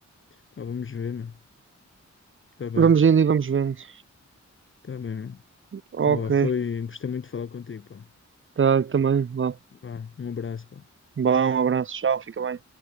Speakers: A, on the left; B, on the right.
A: Pá, vamos ver, mano. Tá bem,
B: Vamos indo e vamos vendo.
A: tá bem, mano.
B: Ok.
A: Tá, lá, foi, gostei muito de falar contigo, pá.
B: Tá, também. Vá.
A: Vá, um abraço, pá.
B: Vá, um abraço. Tchau, fica bem.